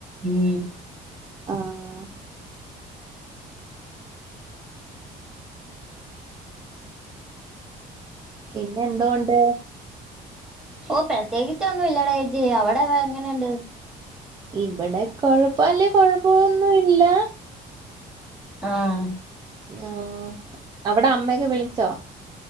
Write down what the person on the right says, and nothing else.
ആഹ പിന്നെ എന്തോണ്ട്
ഇവിടെ കൊഴപ്പ അല്ലെ കൊഴപ്പൊന്നുംല്ല
ആ അവിടെ അമ്മയൊക്കെ വിളിച്ചോ